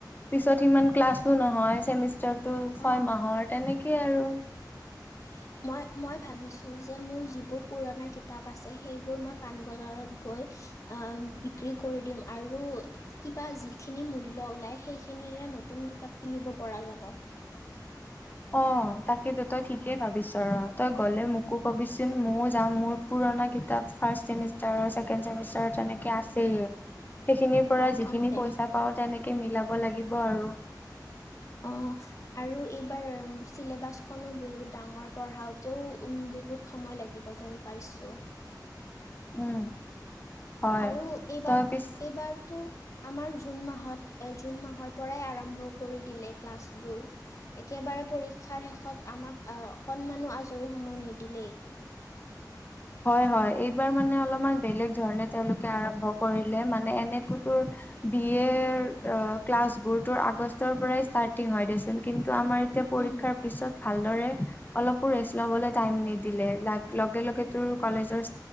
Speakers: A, on the left; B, on the left.
A: পিছত সিমান ক্লাছ নহয় টো ছয়
B: অ
A: মাহৰ তেনেকেই আৰু
B: <inaudible> মই মই ভাবিছোঁ যে মোৰ যিবোৰ পুৰণা কিতাপ আছে সেইবোৰ মই পাণবজাৰত গৈ আ বিক্ৰী কৰি দিম আৰু কিবা যিখিনি মূল্য ওলাই সেইখিনিৰে নতুন কিতাপ কিনিব পৰা যাব।
A: অ তাকেইেতো তই ঠিকেই ভাবিছ ৰ তই গ'লে মোকো কবিচোন ময়ও যাম মোৰ পুৰা। পুৰণা কিতাপ ফাৰ্ষ্ট চেমষ্টাৰ ছেকেণ্ড চেমষ্টাৰ তেনেকে আছেই সেইখিনিৰ পৰা
B: অঁ
A: যিখিনি
B: কম দে
A: পইচা পাও তেনেকে মিলাব লাগিব। আৰু-
B: অ আৰু এইবাৰ চিলেবাচখননো বহুত ডাঙৰ পঢ়াওতেও উ বহুত সময়। লাগিব। যেন পাইছো
A: উম হয়
B: আৰু এইবাৰ
A: তই পিছ
B: এইবাৰতো আমাৰ জুন মাহত এ জুন মাহৰ পৰাই আৰম্ভ কৰি দিলে ক্লাছবোৰ একে, - একবাৰে পৰীক্ষা শেষত আমাক অকণমানো আজৰি সময় নিদিলেই-
A: হয় হয় এইবাৰ মানে অলপমান বেলেগ ধৰণে তেওঁলোকে আৰম্ভ কৰিলে মানে এনেতো তোৰ বি এৰ ক্লাছবোৰত আগষ্টৰ পৰাই ষ্টাৰ্টিং হয় দেচোন কিন্তু ত' আমাৰ এতিয়া পৰীক্ষাৰ
B: উম
A: পিছত। ভালদৰে অলপো ৰেষ্ট লবলৈ টাইম নিদিলে ল লগে লগে তোৰ কলেজৰ